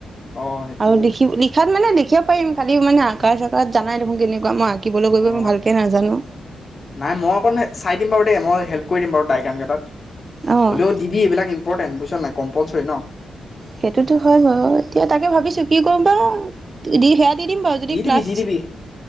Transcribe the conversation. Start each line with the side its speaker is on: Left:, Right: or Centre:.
Left: অ সেইটো
Right: আৰু লিখি লিখাত মানে শিকিব পাৰিম খালি মানে আকা চাকাত যানাই দেখোন কেনেকুৱা মই আঁকিবলৈ কৰিব
Left: অ
Right: মই ভালকে নাজানো।
Left: নাই মই অকণ চাই দিম বাৰু দেই মই হেল্প কৈ দিম বাৰু তাই কাম কেইটাত
Right: অ'
Left: হলেও দিবি এইবিলাক ইম্পৰ্টেণ্ট বুইছ নাইি কম্পালচৰিন
Right: সেইটোতো হয় বাৰু এতিয়া তাকে ভাবিছো কি কৰো বা দ খে <inaudible> দি দিম বাৰু যদি
Left: দিবি
Right: ক্লাছ
Left: দি দিবি